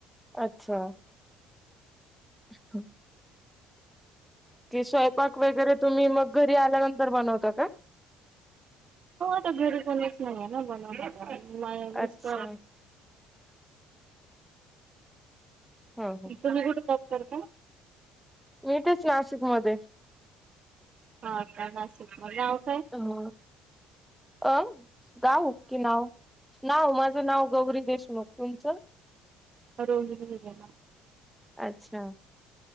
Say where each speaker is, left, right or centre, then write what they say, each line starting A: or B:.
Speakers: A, in the centre; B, on the right.
A: अच्छा. छ <inaudible> स्वयंपाक वगैरे तुम्ही मग घरी आल्यानंतर बनवता का.
B: हो आता घरी कोणीच नाहीये ना बनव मा मिस्त
A: अच्छा हा हा
B: तुम्ही कुठ. करत
A: मी इतेच नाशिक मधे
B: ह का नाशिक मधे
A: हम अं गाऊ क नाव नाव माझं नाव गौरी देशमुख. तुमचं?
B: रोहिणी हिरेमठ.
A: अच्छा